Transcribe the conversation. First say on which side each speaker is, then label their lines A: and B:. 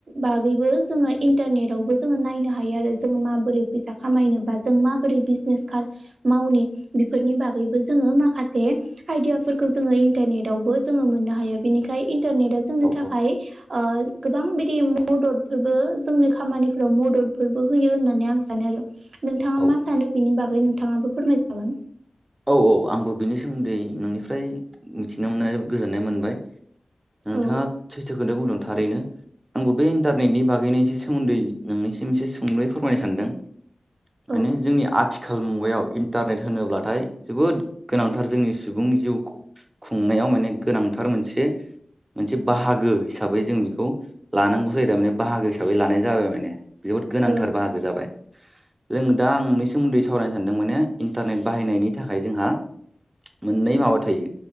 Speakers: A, on the right; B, on the right.
A: बागैबो जोङो इन्टारनेट आवबो जोङो नायनो हायो आरो जों माबोरै फैसा खामायनो बा जों माबोरै बिजनेस मावनि बेफोरनि बागैबो जोङो माखासे आइदियाफोरखौ जोङो इन्टारनेटावबो जोङो मोननो हायो बिनिखायनो इन्टारनेटआ जोंनि
B: औ
A: थाखाय ओ गोबां बिदि मददखोबो जोंनि खामानिफोराव मददफोरबो होयो होननानै आं सानो आरो नोंथाङा
B: औ
A: मा सानो बिनि बागै नोंथाङाबो फोरमायजागोन।
B: औ औ आंबो बेनि सोमोन्दै नोंनिफ्राय मिथिनो मोननानै गोजोननाय मोनबाय। नोंथाङा
A: औ
B: सैथो खोनो बुंदों थारैनो आंबो बे इन्टारनेटनि बागैनो इसे सोमोन्दै नोंनिसिम एसे सुंदयै फोरमायनो सानदों। माने
A: औ
B: जोंनि आथिखाल मुगायाव इन्टारनेट होनोब्लाथाय जोबोद गोनांथार जोंनि सुबुं जिउ खुं खुंनायाव माने गोनांथार मोनसे मोनसे बाहागो हिसाबै जों बेखौ लानांगौ जायो थारमाने बाहागो हिसाबै लानाय जाबाय माने जोबोद गोनांथार
A: औ
B: बाहागो जाबाय। जों दा आंनि सोमोन्दै सावरायनो सानदों माने इन्टारनेट बाहायनायनि थाखाय जोंहा मोननै माबा थायो